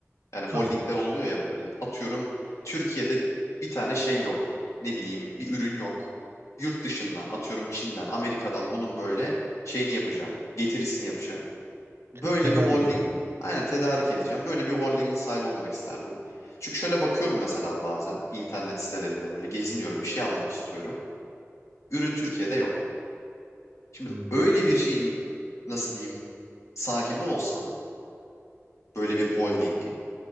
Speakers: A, on the left; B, on the right.
A: Yani holdingler
B: Tamam.
A: oluyor ya böyle. Atıyorum Türkiye'de bir tane şey yok. Ne bileyim bir ürün yok. Yurt dışından atıyorum Çin'den, Amerika'dan bunun böyle şeyini yapacağım. Getirisini yapacağım. Böyle
B: Te- tedarik
A: bir holding
B: yapacağım.
A: aynen tedarik edeceğim. Böyle bir holdingin sahibi olmak isterdim. Çünkü şöyle bakıyorum mesela bazen internet sitelerinde böyle geziniyorum bir şey almak istiyorum. Ürün Türkiye'de yok. Şimdi
B: Hmm,
A: öyle bir şeyin nasıl diyeyim sahibi olsam böyle bir holdingin